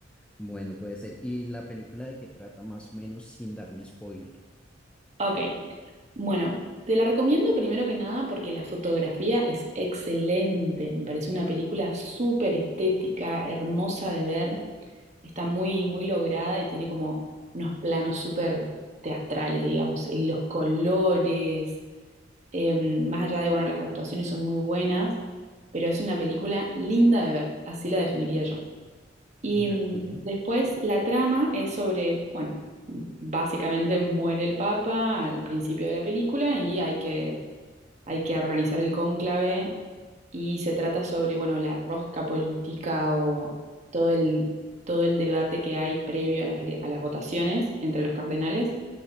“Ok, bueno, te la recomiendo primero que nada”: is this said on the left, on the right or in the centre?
Right